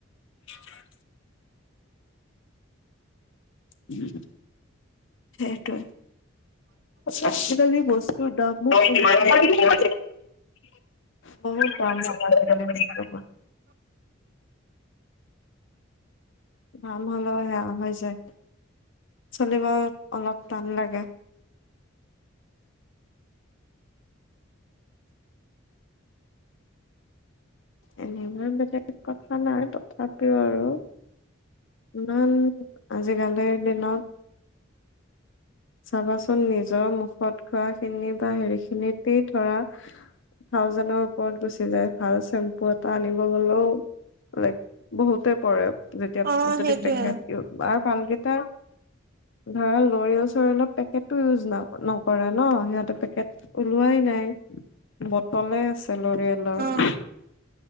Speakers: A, on the left; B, on the right.
A: <unintelligible> উম <unintelligible> হ <unintelligible> আজি কালি বস্তুৰ দামো। বিমান। বহুত কাম। ভ <unintelligible> ভাম হলেও সেয়া হৈ যায় চলিব অলপ টান লাগে। এনেকুৱা বেলেগ কথা নাই তথাপিও আৰু ইমান আজিকালিৰ দিনত চাবাচোন নিজৰ মুখত খোৱা খিনি বা হেৰি খিনিতেই ধৰা ভাওজনৰ ওপৰত গুচি। যায় ফাৰ্ষ্ট। চেম্পু এটা আনিব গলেও লাইক। বহুতে। পৰে যেতিয়া
B: অ
A: যদি
B: সেইটোয়ে
A: পেকট দিওঁ তোমা। ভাল কেইটা। ধৰা লৈ আছো অলপ পেকেট।। উওজ ন নকৰে ন সিহঁতে পেকেট ওলোৱাই নাই বটলে আছে। লৰিয়েলৰ।
B: অ